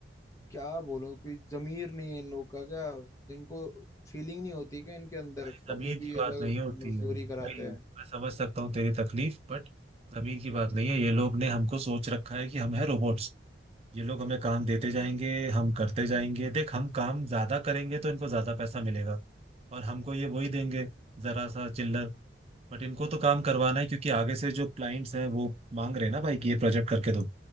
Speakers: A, on the left; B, on the right.
A: क्या बोलो कोई जमीर नहीं है इन लोग का क्या इनको फीलिंग नहीं होती क्या इनके अंदर
B: भाई
A: कभी
B: जमीन की
A: भी
B: बात
A: ऐसा
B: नहीं होती
A: मजदूरी
B: है
A: कराते
B: भाई मैं
A: हैं
B: समझ सकता हूँ तेरी तकलीफ बट जमीन की बात नहीं है ये लोग ने हमको सोच रखा है कि हम है रोबोट्स ये लोग हमें काम देते जाएंगे हम करते जाएंगे देख हम काम ज्यादा करेंगे तो इनको ज्यादा पैसा मिलेगा और हमको ये वही देंगे जरा सा चिल्लर बट इनको तो काम करवाना है क्योंकि आगे से जो क्लाइंट्स हैं वो मांग रहे हैं ना भाई कि ये प्रोजेक्ट करके दो